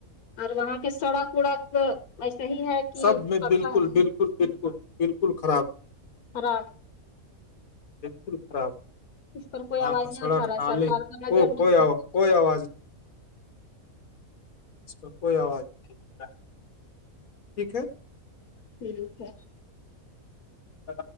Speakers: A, on the left (about 90°); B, on the left (about 75°).
A: اور وہاں کے سڑک وڑک ایسے ہی ہے کہ
B: سب میں
A: پکا
B: بالکل
A: ہے
B: بالکل بالکل بک بالکل خراب
A: <unintelligible>
B: بالکل خراب
A: اس پر کوئی آواز
B: کا
A: نہیں
B: سڑک
A: اٹھا رہا ہے
B: نال
A: سرکار کا نظر
B: کو
A: نہیں
B: کوئی آواز
A: ہے
B: کوئی آواز اس کوئی آواز نہیں ٹھیک ہے
A: ٹھیک ہے
B: ہے